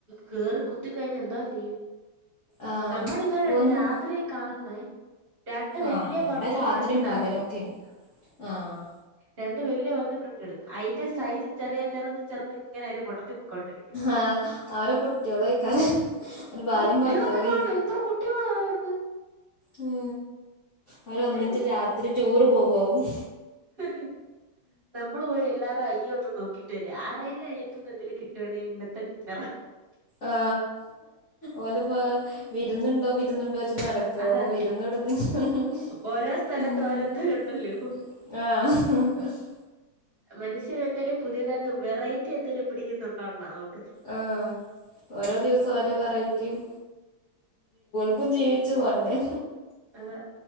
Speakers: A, on the right; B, on the left.
A: കേറി കുത്തിക്കഴിഞ്ഞ് എന്താ ചെയ്യും
B: ആഹ്
A: നമ്മുടെ ഇതോടെ ഉണ്ട്
B: ഒന്ന്
A: രാത്രിയ കാണണേ രണ്ട് വല്യ
B: ആഹ് ഇവിടെ
A: പന്നി
B: രാത്രിയും
A: ഫ്രണ്ടി നടക്കും
B: പകലൊക്കെണ്ട് ആഹ്
A: രണ്ട് വല് <unintelligible> അതിന്റെ സൈസ ചെറിയ ചെറുത് <unintelligible> ഇങ്ങനെ ഒരു കൊടത്തി <unintelligible>
B: ആഹ് അവരെ കുട്ടികളായിക്കാരം അവരെ ഭാര്യയും
A: ഓ കുട്ടികളൊക്കെ
B: ഭർത്താവും
A: കാണോ എത്ര കുട്ടികളാ അവർക്ക്
B: മ് അവര്ൊന്നിട്ട്
A: ഒത്തിരി
B: രാത്രി ടൂറ് പോവവും
A: <unintelligible> നമ്മൾ പോയി എല്ലരുടെ അയ്യ ഒന്നും നോക്കിട്ട് വരാ ആ റയില്ലേ അയ്യത്തൂന്ന് എന്തേലും കിട്ടുകണെങ്ക ഇന്നത്തെ <unintelligible>
B: ആ ഓലെപ്പോ വിരുന്നുണ്ടോ വിരുന്നുണ്ടോ <unintelligible> നടക്ക
A: അതാ
B: അപ്പൊ വിരുന്നിടന്ന് <unintelligible>
A: ഓരോ സ്ഥലത്ത് ഓരോരുത്തരുണ്ടല്ലോ.
B: ആ <unintelligible>
A: മനുഷ്യരെ എന്തേലും പുതിയതായി വെറൈറ്റി എന്തേലും പിടിക്കുന്നുണ്ടോ <unintelligible>
B: ആ ഓരോ ദിവസം ഓരോ വെറൈറ്റിയും ക്കും ജീവിച്ചു പോണ്ടേ
A: അതാ